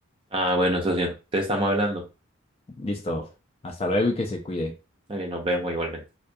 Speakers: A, on the right; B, on the left.
A: Ah, bueno, socio, te estamos hablando.
B: Listo, hasta luego y que se cuide.
A: Dale, nos vemos igualmente.